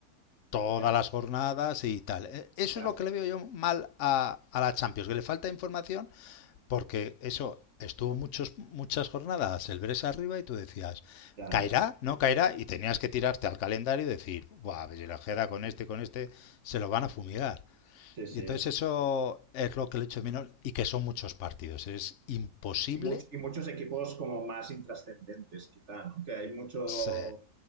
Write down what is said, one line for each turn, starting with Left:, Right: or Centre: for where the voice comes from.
Left: todas
Right: Ya,
Left: las jornadas y tal. E, Eso
Right: ya,
Left: es lo
Right: ya,
Left: que le
Right: ya,
Left: veo yo
Right: ya.
Left: mal a, a la Champions, que le falta información porque eso estuvo muchos, muchas jornadas el Bres arriba y tú decías,
Right: Ya,
Left: ¿caerá?
Right: ya.
Left: ¿No caerá? Y tenías que tirarte al calendario y decir, Buah, si la queda con
Right: Sí,
Left: este, con este, se lo van a fumigar.
Right: sí. sí.
Left: Y entonces eso es lo que le echo menos y que son muchos partidos. Es imposible.
Right: Y, much- y muchos equipos como más intrascendentes, quizá, ¿no? Que hay mucho...
Left: Sí,
Right: O